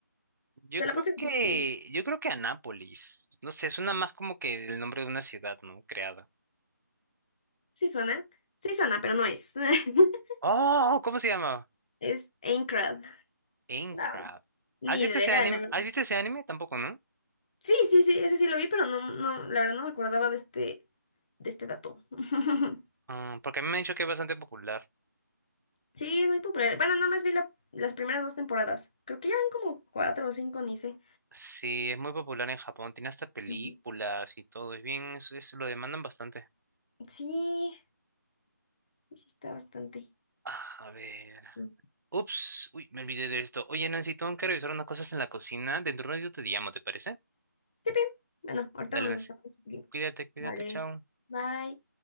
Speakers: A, on the right; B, on the left.
A: Yo
B: Te
A: creo
B: la puse
A: que,
B: difícil.
A: yo creo que Anápolis. No sé, suena más como que el nombre de una ciudad, ¿no? Creada.
B: Sí suena. Sí suena, pero no es. <laughs>
A: Oh, ¿cómo se llama?
B: Es Eintracht.
A: Aincrad.
B: No, ni
A: ¿Has visto
B: idea,
A: ese anime?
B: la verdad.
A: ¿Has visto ese anime? Tampoco, ¿no?
B: Sí, sí, sí, ese sí lo vi, pero no, no, la verdad no me acordaba de este, de este dato. <laughs>
A: Ah, porque a mí me han dicho que es bastante popular.
B: Sí, es muy popular. Bueno, nada más vi la- las primeras dos temporadas. Creo que ya van como cuatro o cinco, ni sé.
A: Sí, es muy popular en Japón. Tiene hasta películas
B: Ujú.
A: y todo. Es bien, es, es- lo demandan bastante.
B: Sí, sí está bastante.
A: Ah, a ver.
B: Mm.
A: Ups, uy, me olvidé de esto. Oye, Nancy, tengo que revisar unas cosas en la cocina. Dentro de un ratito te llamo, ¿te parece?
B: Sí, bien. Bueno, ahorita
A: Dale,
B: nos
A: Nancy.
B: estamos viendo.
A: Cuídate, cuídate,
B: Vale,
A: chao.
B: bye.